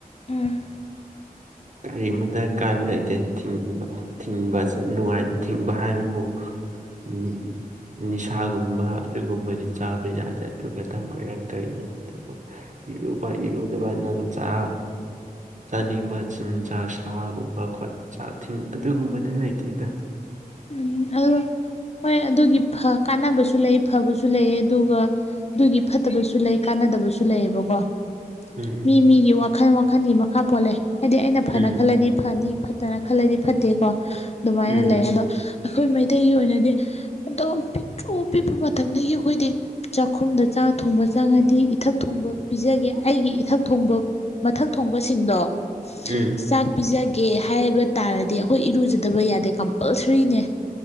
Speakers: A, on the left; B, on the right.
A: ꯎꯝ
B: ꯀꯔꯤ ꯑꯃꯇ ꯀꯥꯏꯕ ꯂꯩꯇꯦ ꯊꯤꯡꯕ ꯊꯤꯡꯕ ꯆꯠ ꯅꯨꯡꯉꯥꯏ ꯊꯤꯡꯕ ꯍꯥꯏꯕꯕꯨ ꯎꯝ ꯅꯤꯁꯥꯒꯨꯝꯕ ꯑꯗꯨꯒꯨꯝꯕꯗꯤ ꯆꯥꯕ ꯌꯥꯗꯦ ꯑꯗꯨꯒ ꯈꯇꯪ ꯑꯣꯏꯔꯛꯇꯨꯏꯅꯦ ꯑꯗꯨꯕꯨ ꯏꯔꯨꯕ ꯏꯔꯨꯗꯕ ꯅꯪ ꯆꯥ ꯆꯥꯅꯤꯡꯕ ꯆꯤꯟꯖꯥꯛ ꯁꯥꯒꯨꯝꯕ ꯈꯣꯠ ꯆꯥ ꯊꯤꯡ ꯑꯗꯨꯒꯨꯝꯕꯗꯤ ꯂꯩꯇꯦꯗ
A: ꯎꯝ ꯑꯗꯨꯒ ꯍꯣꯏ ꯑꯗꯨꯒꯤ ꯐ ꯀꯥꯟꯅꯕꯁꯨ ꯂꯩ ꯐꯕꯁꯨ ꯂꯩꯌꯦ ꯑꯗꯨꯒ ꯑꯗꯨꯒꯤ ꯐꯠꯇꯕꯁꯨ ꯂꯩ ꯀꯥꯟꯅꯗꯕꯁꯨ ꯂꯩꯌꯦꯕꯀꯣ
B: ꯎꯝ
A: ꯃꯤ ꯃꯤꯒꯤ ꯋꯥꯈꯜ ꯋꯥꯈꯟꯒꯤ ꯃꯈꯥ ꯄꯣꯜꯂꯦ ꯍꯥꯏꯗꯤ ꯑꯩꯅ
B: ꯎꯝ
A: ꯐꯅ ꯈꯜꯂꯗꯤ ꯐꯅꯤ ꯐꯠ ꯇꯅ ꯈꯜꯂꯗꯤ ꯐꯠꯇꯦꯀꯣ ꯑꯗꯨꯃꯥꯏꯅ
B: ꯎꯝ
A: ꯂꯩꯌꯦ ꯑꯗꯣ ꯑꯩꯈꯣꯏ ꯃꯩꯇꯩꯒꯤ ꯑꯣꯏꯅꯗꯤ ꯑꯗꯣ ꯄꯤꯛꯇ꯭ꯔꯨ ꯄꯤꯛꯄ ꯃꯇꯝꯗꯒꯤ ꯑꯈꯣꯏꯗꯤ ꯆꯥꯛꯈꯨꯝꯗ ꯆꯥꯛ ꯊꯣꯡꯕ ꯆꯪꯉꯗꯤ ꯏꯊꯛ ꯊꯣꯡꯕ ꯄꯤꯖꯒꯦ ꯑꯩꯒꯤ ꯏꯊꯛ ꯊꯣꯡꯕ ꯃꯊꯛ ꯊꯣꯡꯕꯁꯤꯡꯗꯣ
B: ꯎꯝ
A: ꯆꯥꯛ ꯄꯤꯖꯒꯦ ꯍꯥꯏꯕ ꯇꯥꯔꯗꯤ ꯑꯈꯣꯏ ꯏꯔꯨꯖꯗꯕ ꯌꯥꯗꯦ ꯀꯝꯄꯜꯁꯔꯤꯅꯦ